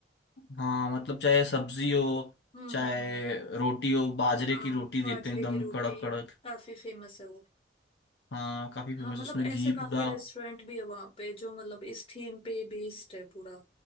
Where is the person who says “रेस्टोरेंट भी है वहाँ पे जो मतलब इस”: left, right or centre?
Left